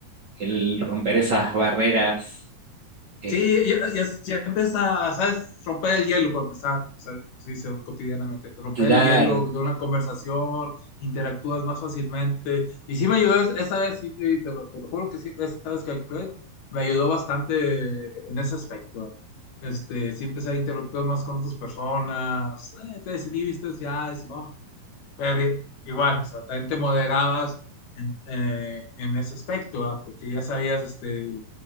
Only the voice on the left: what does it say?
Sí, ya, ya- ya empieza, ¿sabes? Romper el hielo para empezar, o sea, como se dice cotidianamente, romper
el hielo de una conversación, interactúas más fácilmente. Y sí me ayudó es- esa vez, sí, te, te lo, te lo juro que sí, esa vez que actué, me ayudó bastante en ese aspecto. Este, sí empecé a interactuar más con otras personas, eh, te desinhibiste, ya, eso, vamos. Pero igual, o sea, también te moderabas en, eh, en ese aspecto, ¿verdad? Porque ya sabías, este